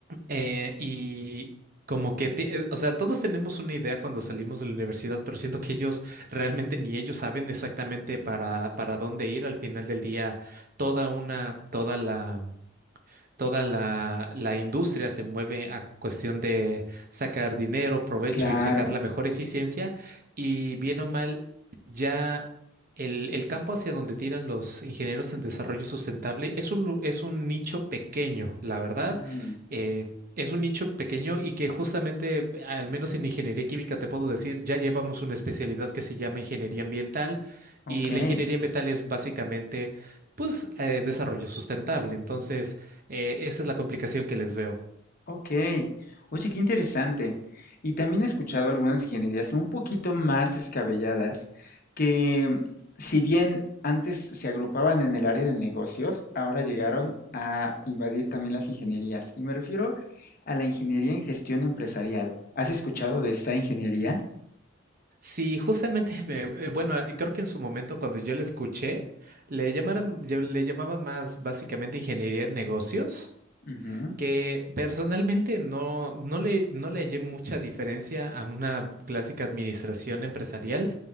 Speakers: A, on the right; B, on the left.
A: eh, y como que, ti- eh, o sea, todos tenemos una idea cuando salimos de la universidad, pero siento que ellos realmente ni ellos saben exactamente para, para dónde ir al final del día. Toda una, toda la toda la, la industria se mueve a cuestión de sacar dinero, provecho
B: claro.
A: y sacar la mejor eficiencia. Y bien o mal, ya el, el campo hacia donde tiran los ingenieros en desarrollo sustentable es un, lu- es un nicho pequeño, la verdad.
B: mm,
A: Eh, es un nicho pequeño y que justamente, al menos en ingeniería química, te puedo decir, ya llevamos una especialidad que se llama ingeniería ambiental
B: ok,
A: y la ingeniería ambiental es básicamente, pues, eh, desarrollo sustentable. Entonces, eh, esa es la complicación que les veo.
B: ok. Oye, qué interesante. Y también he escuchado algunas ingenierías un poquito más descabelladas que, mm, si bien antes se agrupaban en el área de negocios, ahora llegaron a invadir también las ingenierías. Y me refiero a la ingeniería en gestión empresarial. ¿Has escuchado de esta ingeniería?
A: Sí, justamente, <laughs> me- eh, bueno, eh, creo que en su momento cuando yo la escuché, le llamaron, ya- le llamaban más básicamente ingeniería de negocios,
B: Ujú,
A: que personalmente no, no le, no le hallé mucha diferencia a una clásica administración empresarial.